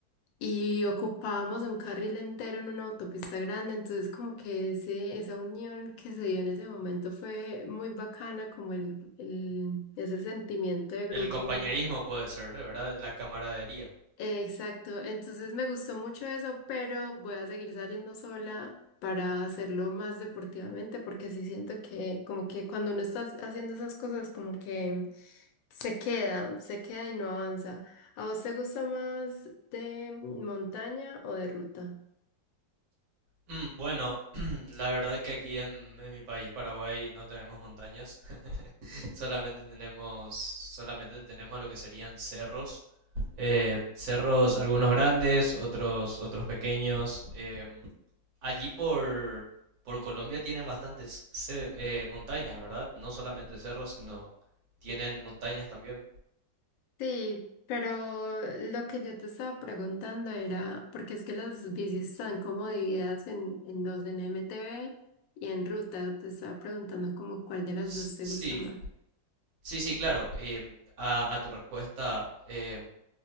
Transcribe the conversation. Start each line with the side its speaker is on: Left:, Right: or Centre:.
Left: y ocupábamos un carril entero en una autopista grande, entonces como que ese, esa unión que se dio en ese momento fue muy bacana, como el, el- ese sentimiento de grupo.
Right: El compañerismo puede ser, de ¿verdad? La camaradería.
Left: Exacto, entonces me gustó mucho eso, pero voy a seguir saliendo sola para hacerlo más deportivamente, porque sí siento que como que cuando uno está haciendo esas cosas como que se queda, se queda y no avanza. ¿A vos te gusta más de montaña o de ruta?
Right: Mm, Bueno, <clears throat> la verdad que aquí en, en mi país, Paraguay, no tenemos montañas, <laughs> solamente tenemos, solamente tenemos lo que serían cerros. Eh, cerros, algunos grandes, otros, otros pequeños. Em, allí por, por Colombia tienen bastantes cer- eh, montañas, ¿verdad? No solamente cerros, sino tienen montañas también.
Left: Sí, pero lo que yo te estaba preguntando era, porque es que las bicis están como divididas en, en dos, en M T B y en ruta, te estaba preguntando como cuál de las
Right: S-
Left: dos te
Right: Sí,
Left: gusta más.
Right: sí, sí, claro. em, a, a tu respuesta, em,